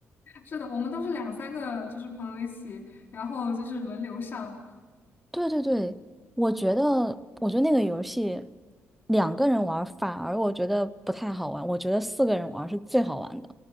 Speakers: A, on the left (about 45°); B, in the centre.
A: 是的，我们都是两三个，就是朋友一起，然后就是轮流上。
B: 对对对，我觉得，我觉得那个游戏两个人玩儿反而我觉得不太好玩，我觉得四个人玩儿是最好玩的。